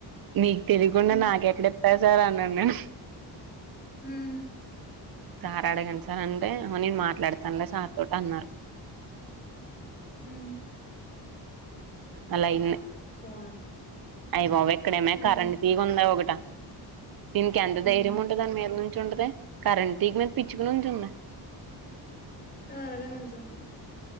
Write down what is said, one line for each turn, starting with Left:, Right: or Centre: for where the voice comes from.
Right: మీకు తెలియకుండా
Left: ఉమ్
Right: నాకెక్కడ ఇస్తారు సార్ అన్నాను నేను
Left: హ్మ్
Right: సార్ అడగాను సార్ అంటే నేను మాట్లాడతానులే సార్ తోటి అన్నారు
Left: హ్మ్ <inaudible>
Right: అలా అయింది <unintelligible>
Left: <unintelligible>
Right: అయి బాబ్ ఎక్కడేమో
Left: ఉమ్
Right: కరెంట్ తీగి ఉంది ఒకటా దీనికి ఎంత
Left: ఉమ్
Right: ధైర్యం ఉంటు దాని మీద నుంచుతాది కరెంట్ తీగ మీద పిచ్చుకునించి ఉందా
Left: అది <unintelligible> అలాగే ఉంంచిు ఉంటుంది